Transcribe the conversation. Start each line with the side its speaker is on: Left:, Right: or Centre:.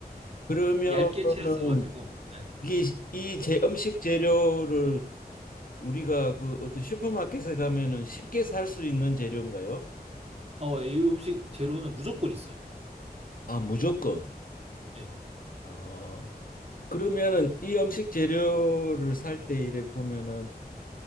Right: 네.
Left: 그러면은
Right: 얇게 채를 써가지고 네.
Left: 이게 이 제 음식 재료를 우리가 그 어떤 슈퍼마켓에 가면은 쉽게 살 수 있는 재료인가요?
Right: 어, 이 음식 재료는 무조건 있어요.
Left: 아, 무조건.
Right: 예.
Left: 어, 그러면은 이 음식 재료를 살 때 이래 보면은